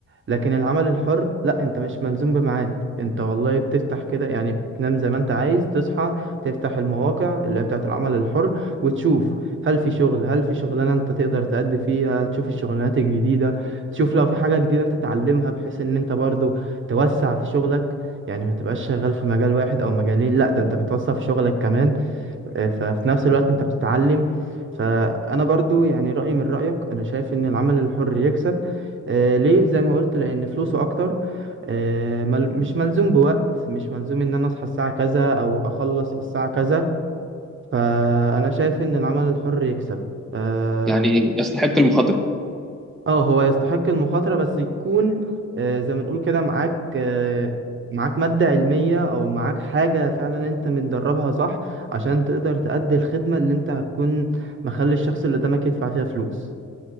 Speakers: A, on the right; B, in the centre.
A: لكن العمل الحر لا انت مش ملزوم بميعاد انت والله بتفتح كده يعني بتنام زي ما انت عايز تصحى تفتح المواقع اللي هي بتاعت العمل الحر وتشوف هل في شغل هل في شغلانة انت تقدر تأدي فيها تشوف الشغلانات الجديدة تشوف لو في حاجة جديدة تتعلمها بحيث ان انت برضو توسع في شغلك يعني ما تبقاش شغال في مجال واحد او مجالين لا ده انت بتوسع في شغلك كمان ففي نفس الوقت انت بتتعلم فانا برضو يعني رأيي من رأيك انا شايف ان العمل الحر يكسب آه ليه زي ما قلت لان فلوسه اكتر آه مل مش ملزوم بوقت مش ملزوم ان انا اصحى الساعة كذا او اخلص الساعة كذا فانا شايف ان العمل الحر يكسب آه
B: يعني يستحق المخاطرة
A: اه هو يستحق المخاطرة بس يكون آه، زي ما نقول كده معاك آه، معاك مادة علمية أو معاك حاجة فعلا أنت متدربها صح عشان تقدر تأدي الخدمة اللي أنت هتكون مخلي الشخص اللي قدامك يدفع فيها فلوس